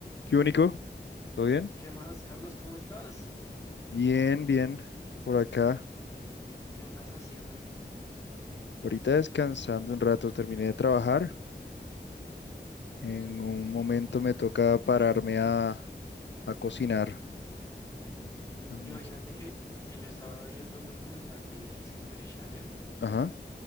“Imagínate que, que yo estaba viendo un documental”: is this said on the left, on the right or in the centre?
Left